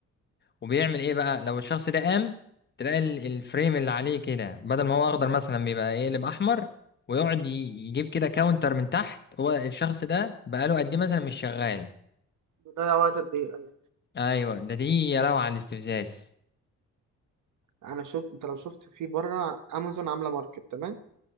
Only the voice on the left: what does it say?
وبيعمل ايه بقى لو الشخص ده قام تلاقي ال- الفريم اللي عليه كده بدل ما هو اخضر مثلا بيبقى يقلب احمر ويقعد ي- يجيب كده كاونتر من تحت هو الشخص ده بقاله قد ايه مثلا مش شغال
ايوه ده دي يا لو على الاستفزاز